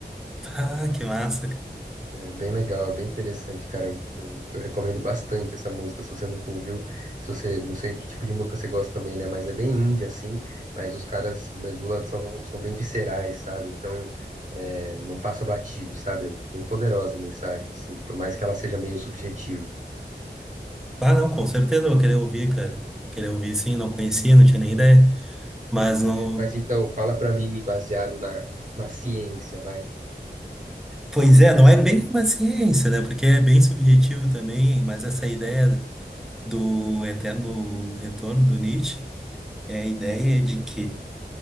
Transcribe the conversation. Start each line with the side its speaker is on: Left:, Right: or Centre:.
Centre: Ah, que massa, cara.
Right: É bem legal, é bem interessante, cara. Eu, eu- eu recomendo bastante essa música, se você nunca ouviu. Se você, não sei que tipo de música você gosta também, né? Mas é bem indie, assim. Mas os caras do Medula são, são bem viscerais, sabe? Então, é, não passa batido, sabe? É bem poderosa a mensagem, assim, por mais que ela seja meio subjetiva.
Centre: Ah, não, com certeza eu vou querer ouvir, cara. Vou querer ouvir, sim, não conhecia, não tinha nem ideia. Mas não.
Right: Mas então, fala pra mim, baseado na, na ciência, vai.
Centre: Pois é, não é bem uma ciência, né? Porque é bem subjetivo também, mas essa ideia do eterno retorno do Nietzsche é a ideia de que